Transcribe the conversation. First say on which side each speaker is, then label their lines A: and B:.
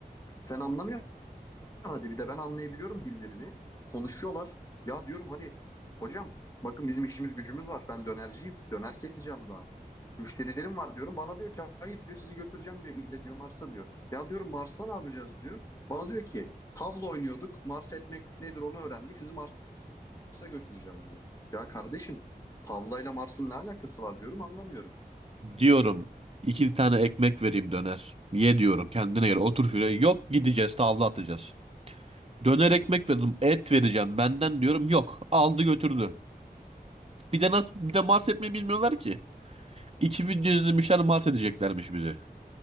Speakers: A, on the left; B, on the right.
A: Sen anlamıyorsun hadi bir de ben anlayabiliyorum dillerini. Konuşuyorlar. Ya diyorum hani hocam bakın bizim işimiz gücümüz var. Ben dönerciyim. Döner keseceğim daha. Müşterilerim var diyorum. Bana diyor ki hayır diyor sizi götüreceğim diyor. İlle diyor Mars'a diyor. Ya diyorum Mars'ta ne yapacağız diyor. Bana diyor ki tavla oynuyorduk. Mars etmek nedir onu öğrendik. Sizi Mars'a Mars'a götüreceğim diyor. Ya kardeşim tavlayla Mars'ın ne alakası var diyorum anlamıyorum.
B: Diyorum iki tane ekmek vereyim döner. Ye diyorum kendine gel otur şuraya. Yok gideceğiz tavla atacağız. Döner ekmek verdim et vereceğim benden diyorum yok aldı götürdü. Bir de nasıl bir de Mars etmeyi bilmiyorlar ki. İki video izlemişler mat edeceklermiş bizi.